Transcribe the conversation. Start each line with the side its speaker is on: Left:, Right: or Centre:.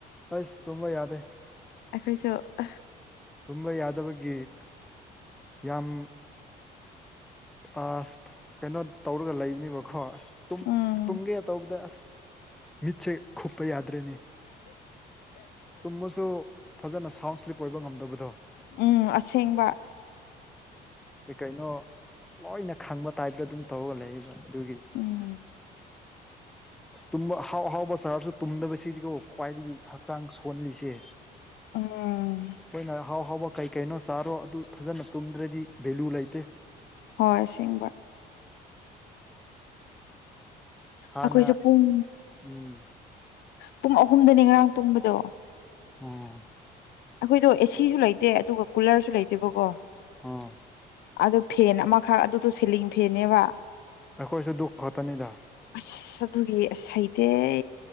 Centre: ꯑꯁ ꯇꯨꯝꯕ ꯌꯥꯗꯦ
Left: ꯑꯩꯈꯣꯏꯁꯨ ꯑꯥ
Centre: ꯇꯨꯝꯕ ꯌꯥꯗꯕꯒꯤ ꯌꯥꯝ ꯑꯁ ꯀꯩꯅꯣ ꯇꯧꯔꯒ ꯂꯩꯕꯅꯦꯕꯀꯣ ꯑꯁ ꯇꯨꯝ
Left: ꯎꯝ
Centre: ꯇꯨꯝꯒꯦ ꯇꯧꯕꯗ ꯑꯁ ꯃꯤꯠꯁꯦ ꯈꯨꯞꯄ ꯌꯥ ꯗ꯭ꯔꯦꯅꯤ ꯇꯨꯝꯕꯁꯨ ꯐꯖꯅ ꯁꯥꯎꯟ ꯁ꯭ꯂꯤꯞ ꯑꯣꯏꯕ ꯉꯝꯗꯕ
Left: ꯎꯝ ꯑꯁꯦꯡꯕ
Centre: ꯀꯩ ꯀꯩꯅꯣ ꯂꯣꯏꯅ ꯈꯪꯕ ꯇꯥꯏꯞꯇ ꯑꯗꯨꯝ ꯇꯧꯒ ꯂꯩꯌꯦꯕ ꯑꯗꯨꯒꯤ
Left: ꯎꯝ
Centre: ꯇꯨꯝꯕ ꯑꯍꯥꯎ ꯑꯍꯥꯎꯕ ꯆꯥꯔꯁꯨ ꯇꯨꯝꯗꯕꯁꯤꯗꯤꯀꯣ ꯈ꯭ꯋꯥꯏꯗꯒꯤ ꯍꯛꯆꯥꯡ ꯁꯣꯜꯂꯤꯁꯦ
Left: ꯎꯝ
Centre: ꯈꯣꯏꯅ ꯑꯍꯥꯎ ꯍꯥꯎꯕ ꯀꯩ ꯀꯩꯅꯣ ꯆꯥꯔꯣ ꯑꯗꯨ ꯐꯖꯅ ꯇꯨꯝꯗ꯭ꯔꯗꯤ ꯚꯦꯂꯨ ꯂꯩꯇꯦ
Left: ꯍꯣꯏ ꯁꯤꯡꯕ
Centre: ꯍꯥꯟꯅ
Left: ꯑꯥꯈꯣꯏꯁꯨ ꯄꯨꯡ
Centre: ꯎꯝ
Left: ꯄꯨꯡ ꯑꯍꯨꯝꯗꯅꯦ ꯉꯔꯥꯡ ꯇꯣꯝꯕꯗꯣ
Centre: ꯎꯝ
Left: ꯑꯩꯈꯣꯏꯗꯣ ꯑꯦꯁꯤꯁꯨ ꯂꯩꯇꯦ ꯑꯗꯨꯒ ꯀꯨꯂꯔꯁꯨ ꯂꯩꯇꯦꯕꯀꯣ
Centre: ꯑꯥ
Left: ꯑꯗꯨ ꯐꯦꯟ ꯑꯃꯈꯛ ꯑꯗꯨꯗꯣ ꯁꯤꯂꯤꯡ ꯐꯦꯟꯅꯦꯕ
Centre: ꯑꯩꯈꯣꯏꯁꯨ ꯗꯨ ꯈꯛꯇꯅꯤꯗ
Left: ꯑꯁ ꯑꯗꯨꯒꯤ ꯑꯁ ꯍꯩꯇꯦ ꯍꯦ